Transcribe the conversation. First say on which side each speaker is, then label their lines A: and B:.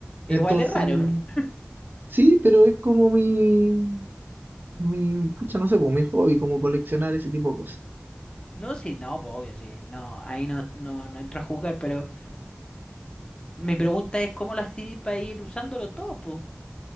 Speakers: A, on the left; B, on the right.
A: igual
B: entonces,
A: es raro. <laughs>
B: sí, pero es como mi, mi, pucha, no sé, pues mi hobby, como coleccionar ese tipo de cosas.
A: No, sí, no, pues obvio, sí, no, ahí no, no, no entro a jugar, pero mi pregunta es cómo lo hacís para ir usándolo todo, pues.